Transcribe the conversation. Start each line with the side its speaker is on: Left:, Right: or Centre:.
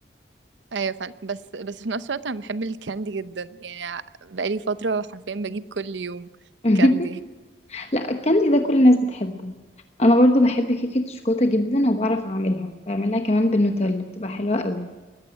Right: ايوه فعلا بس بس في نفس الوقت انا بحب الكاندي جدا يعني بقالي فتره حرفيا بجيب كل يوم
Left: <laughs>
Right: كاندي
Left: لا الكاندي ده كل الناس بتحبه انا برضو بحب كيكة الشوكولاتة جدا وبعرف اعملها بعملها كمان بالنوتيلا بتبقى حلوة قوي